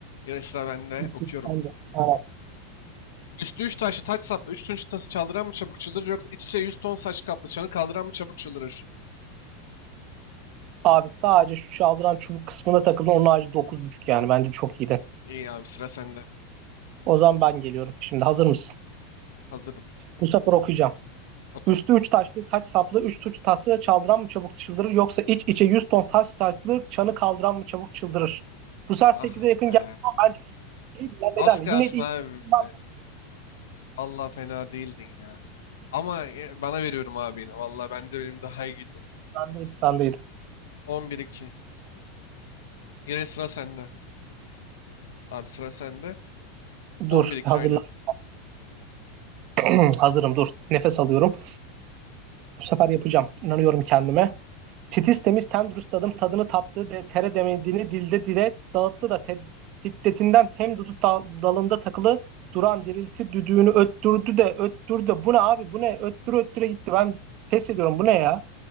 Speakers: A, on the left (about 85°); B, on the right (about 50°).
A: Yine sıra bende.
B: İyisin
A: Okuyorum.
B: sen de. Evet.
A: Üstü üç taşlı taç saplı üç tunç tası çaldıran mı çabuk çıldırır yoksa iç içe yüz ton saç kaplı çanı kaldıran mı çabuk çıldırır?
B: Abi sadece şu çaldıran çubuk kısmına takıldın. Onun harici dokuz buçuk yani. Bence çok iyiydi.
A: İyi abi sıra sende.
B: O zaman ben geliyorum. Şimdi hazır mısın?
A: Hazırım.
B: Bu sefer okuyacağım.
A: Oku.
B: Üstü 3 taşlı taç saplı 3 tuç tası çaldıran mı çabuk çıldırır yoksa iç içe 100 ton taş saplı çanı kaldıran mı çabuk çıldırır? Bu sefer
A: Ah
B: sekize yakın
A: be.
B: geldi ama Şeydi ya
A: Az
B: ne derler?
A: kalsın
B: Yine de ihtimalim
A: abi.
B: var.
A: Vallahi fena değildin ya. Ama ya- bana veriyorum abi yine. Vallahi bence benim daha iyiydi.
B: ya. Sendeydi, sendeydi.
A: on bir iki. Yine sıra sende. Abi sıra sende.
B: Dur
A: On bir iki
B: hazırlan.
A: aynen.
B: <clears throat> Hazırım dur. Nefes alıyorum. Bu sefer yapacağım. İnanıyorum kendime. Titiz temiz tendrüs dadım tadını tattı de tere demediğini dilde dile dağıttı da te- hiddetinden hem dudu dal- dalında takılı duran dirilti düdüğünü öttürdü de öttürdü de bu ne abi bu ne öttüre öttüre gitti ben pes ediyorum bu ne ya